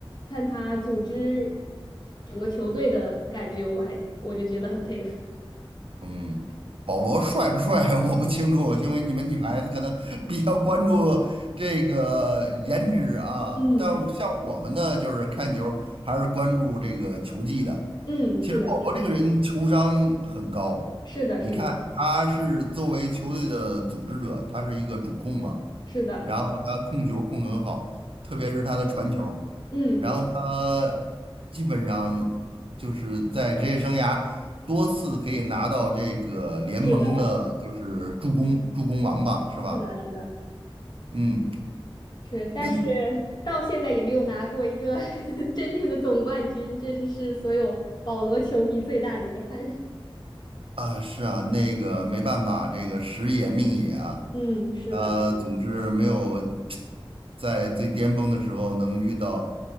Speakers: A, on the left (about 50°); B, on the right (about 70°).
A: 看他组织整个球队的感觉，我还我就觉得很佩服。
B: 嗯，保罗帅不帅 <laughs> 我不清楚，因为你们女孩子可能 <laughs> 比较关注这个颜值啊。
A: 嗯
B: 但像我们呢，就是看球还是关注这个球技的。
A: 嗯，是的，
B: 其实保罗这个人球商很高，
A: 是的，是的，
B: 你看他是作为球队的组织者，
A: 是的，
B: 他是一个主控嘛，
A: 是的，
B: 然后他控球控得很好，特别是他的传球，
A: 嗯，
B: 然后他基本上就是在职业生涯多次可以拿到这个联盟的，
A: 是的，
B: 就是助攻助攻王吧，是吧？
A: 是的，是的，
B: 嗯，
A: 是，但是
B: 那
A: 到现在也没有拿过一个 <laughs> 真正的总冠军，这就是所有保罗球迷最大的遗憾。
B: 啊是啊，那个没办法，这个时也命也啊。
A: 嗯，是的，
B: 呃，
A: 是的
B: 总之没有在最巅峰的时候能遇到